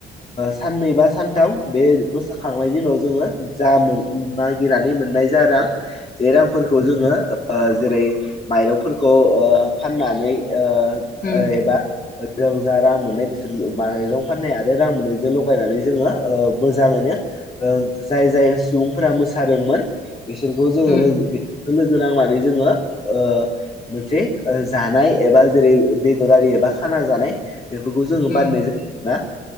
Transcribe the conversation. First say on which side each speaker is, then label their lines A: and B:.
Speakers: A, on the left; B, on the left.
A: साननै बा सानथाम बे बोसाखांनायनि उनाव जोङो जा मोन मागिनानै मोननाय जा रां बे रांफोरखौ जोङो जेरै माइरंफोरखौ ओ फाननानै ओ
B: उम
A: ओ एबा जों जा रां मोननाय बिसोर माइरं फाननाय आरो रां मोननाय जोंल' लगायनानै जोङो ओ मोजाङैनो ओ जाय-जाय सुबुंफोरा मोसादोंमोन बिसोरखौ जोङो
B: उम
A: बि लोगो नांनानै जोङो ओ मोनसे ओ जानाय एबा जेरै बेदरारि एबा खाना जानाय बेफोरखौ जोङो
B: उम
A: बानायनाय जायो ना?